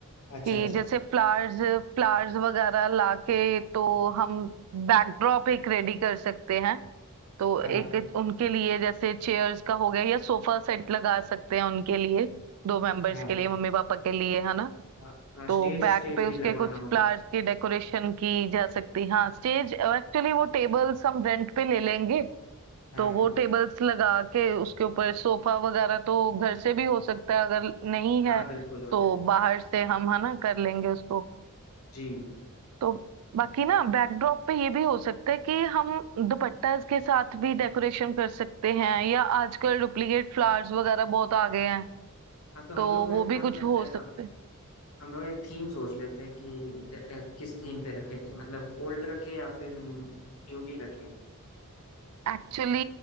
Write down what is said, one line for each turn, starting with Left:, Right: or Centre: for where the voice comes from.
Left: अच्छा
Right: कि
Left: अच्छा
Right: जैसे फ्लावर्स फ्लावर्स वगैरह लाके तो हम बैकड्रॉप एक रेडी कर सकते हैं तो
Left: हाँ
Right: एक उनके लिए जैसे चेयर्स का हो गया या सोफा सेट लगा सकते हैं उनके लिए दो मेंबर्स
Left: हाँ
Right: के लिए मम्मी पापा के लिए है ना
Left: हाँ हाँ
Right: तो
Left: स्टेज
Right: बैक
Left: स्टेज
Right: पे
Left: भी
Right: उसके
Left: लगवाना
Right: कुछ
Left: होगा
Right: फ्लावर्स की डेकोरेशन की जा सकती हाँ स्टेज एक्चुअली वो टेबल्स हम रेंट पे ले लेंगे
Left: हाँ
Right: तो
Left: हाँ
Right: वो टेबल्स लगा के उसके ऊपर सोफा वगैरह तो घर से भी हो सकता है अगर नहीं
Left: हाँ
Right: है
Left: बिल्कुल हो
Right: तो
Left: जाएगा
Right: बाहर से हम है ना कर लेंगे उसको
Left: जी
Right: तो बाकी ना बैकड्रॉप पे ये भी हो सकता है कि हम दुपट्टा इसके साथ भी डेकोरेशन कर सकते हैं या आजकल डुप्लीकेट फ्लावर्स वगैरह बहुत आ गए हैं
Left: हाँ तो हम
Right: तो
Left: लोग
Right: वो
Left: एक काम
Right: भी कुछ
Left: करते
Right: हो
Left: हैं
Right: सकते
Left: ना हम लोग एक थीम सोच लेते हैं कि ज- अ, किस थीम पे रखे जाए, मतलब ओल्ड रखे या फिर न्यूली रखे
Right: एक्चुअली